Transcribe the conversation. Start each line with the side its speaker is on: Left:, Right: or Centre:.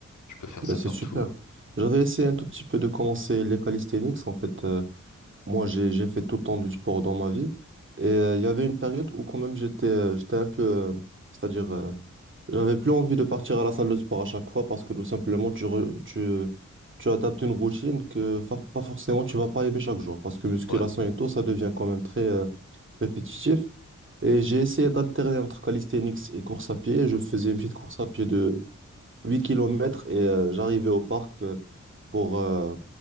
Left: Je peux faire
Right: ben
Left: ça
Right: c'est
Left: partout.
Right: super. J'avais essayé un tout petit peu de commencer les calisthenics. En fait, euh, moi, j'ai, j'ai fait tout le temps du sport dans ma vie. Et euh, il y avait une période où quand même j'étais euh, j'étais un peu, euh, c'est-à-dire euh, J'avais plus envie de partir à la salle de sport à chaque fois parce que tout simplement, tu, re- tu, tu adaptes une routine que fa- pas forcément tu vas pas aimer chaque jour parce que musculation
Left: Ouais,
Right: et tout, ça devient quand même très euh, répétitif. Et j'ai essayé d'alterner entre calisthenics et course à pied. Je faisais une petite course à pied de 8 kilomètres et euh, j'arrivais au parc euh, pour, euh,